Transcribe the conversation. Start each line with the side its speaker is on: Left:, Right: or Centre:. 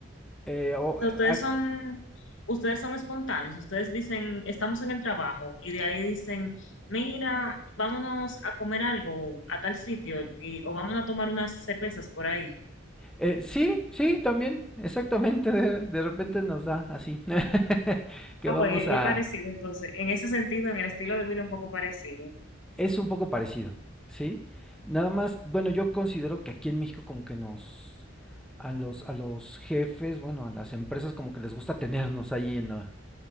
Centre: Eh, o-
Left: O sea, ustedes
Centre: a-
Left: son, ustedes son espontáneos, ustedes dicen, estamos en el trabajo y de ahí dicen, mira, vámonos a comer algo a tal sitio y, o vámonos a tomar unas cervezas por ahí.
Centre: eh, sí, sí, también, exactamente. De, de repente nos da así <laughs> que
Left: Ah,
Centre: vamos
Left: pues
Centre: a,
Left: es parecido entonces, en ese sentido, en el estilo de vida un poco parecido.
Centre: es un poco parecido, ¿sí? Nada más, bueno, yo considero que aquí en México como que nos, a los, a los jefes, bueno, a las empresas como que les gusta tenernos ahí en la,